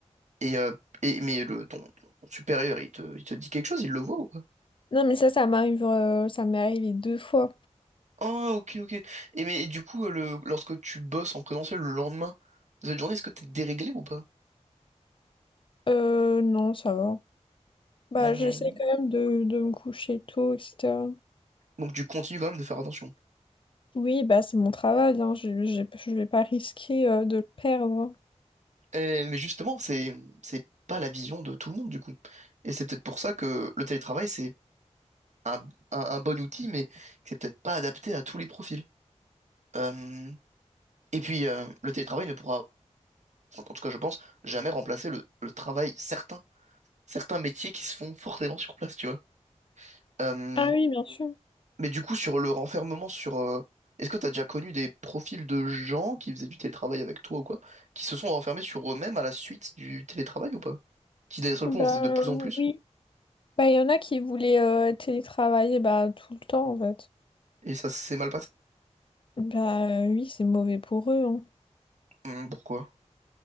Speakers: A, on the right; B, on the left.
A: Et, euh, et, mais le, ton, ton- ton supérieur, il te, il te dit quelque chose, il le voit ou pas?
B: Non, mais ça, ça m'arrive, euh, ça m'est arrivé deux fois.
A: Ah, ok, ok. Et mais du coup, euh, le, lorsque tu bosses en présentiel le lendemain de cette journée, est-ce que t'es déréglé ou pas?
B: Euh, non, ça va. Bah,
A: Hmm.
B: j'essaie quand même de, de me coucher tôt, etc.
A: Donc tu continues quand même de faire attention.
B: Oui, bah c'est mon travail, hein. Je, je, je vais pas risquer euh, de le perdre.
A: Euh, mais justement, c'est, c'est pas la vision de tout le monde, du coup. Et c'est peut-être pour ça que le télétravail, c'est un, un- un bon outil, mais qui c'est peut-être pas adapté à tous les profils. Euh, et puis, euh, le télétravail ne pourra, en en tout cas, je pense, jamais remplacer le, le travail certain, certains métiers qui se font forcément sur place, tu vois. Euh,
B: Ah oui, bien sûr.
A: mais du coup, sur le renfermement sur... euh, est-ce que tu as déjà connu des profils de gens qui faisaient du télétravail avec toi ou quoi, qui se sont renfermés sur eux-mêmes à la suite du télétravail ou pas? Qui d'un seul
B: Bah
A: coup en faisaient de
B: euh,
A: plus en plus,
B: oui. Bah il y en a qui voulaient euh, télétravailler bah tout le temps en fait.
A: et ça s'est mal passé.
B: Bah euh, oui, c'est mauvais pour eux. hein.
A: Hum, pourquoi?